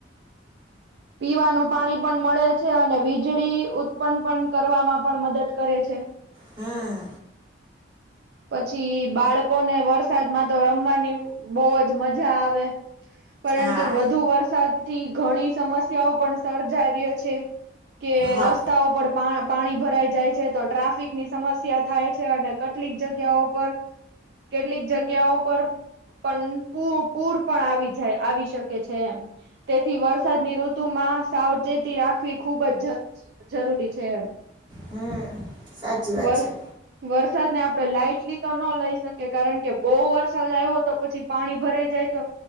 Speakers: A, on the right; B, on the right.
A: પીવાનુ, પાણી પણ મળે છે. અને વીજળી ઉત્પન્ન પણ કરવામાં પણ મદદ કરે છે.
B: હમ
A: પછી, બાળકોને વરસાદમાં તો રમવાની બહુ જ મજા આવે. પરંતુ,
B: હા
A: વધુ વરસાદ થી ઘણી સમસ્યાઓ પણ સર્જ રહ્ય છે. કે
B: હા
A: રસ્તાઓ પર પા પાણી ભરાઈ જાય છે, તો ટ્રાફિક ની સમસ્યા થાય છે, અને કેટલીક જગ્યાઓ પર કેટલીક, જગ્યાઓ પર પણ પૂર પણ આવી જાય આવી શકે છે, એમ તેથી વરસાદની ઋતુમાં સાવચેતી, રાખવી ખુબ જ જરૂરી છે, એમ
B: હમ, સાચી વાત
A: વર
B: છે.
A: વરસાદને આપણે લાાઈટલી, તો ન લઈ શકીએ કારણ કે બહુ વરસાદ આવ્યો તો પછી પાણી ભરાઈ જાય તો